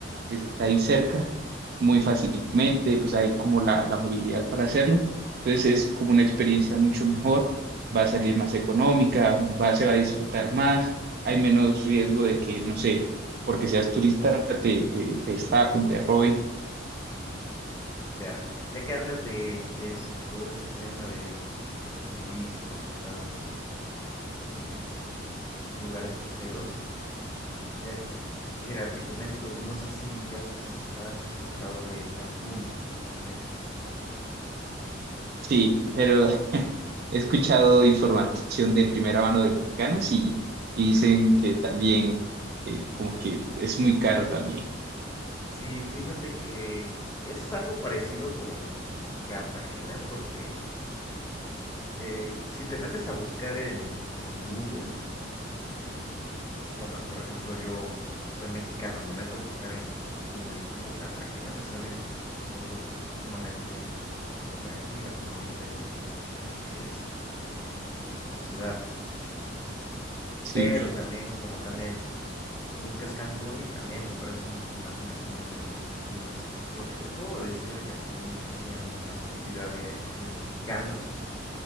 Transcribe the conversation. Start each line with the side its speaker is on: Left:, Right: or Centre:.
Right: que está ahí cerca muy fácilmente, pues hay como la, la movilidad para hacerlo, entonces es como una experiencia mucho mejor, va a salir más económica, va, se va a disfrutar más, hay menos riesgo de que, no sé, porque seas turista, te, te, te estafen, te roben.
Left: ya, ya que hablas de, de es- todo ese tema de, de turistas y estafas y, y lugares costeros, ya, mira, te comento, no sé si has, has escuchado de Cancún, aquí en México.
Right: Sí, pero <laughs> he escuchado información de primera mano de mexicanos y, y dicen que también, eh, como que es muy caro también.
Left: Sí, fíjate que es algo parecido con Cartagena porque eh, si te metes a buscar en, en Google, bueno, por ejemplo, yo que soy mexicano, me meto a buscar en, en Google y pongo Cartagena, me salen fotos sumamente atractivas, ¿no? De, del- de lo que es este, la ciudad.
Right: Sí,
Left: Pero también, como también buscas Cancún y también te aparecen imágenes sumamente atractivas. Lo que te puedo decir de Cancún, así a mi perspectiva de, de mexicano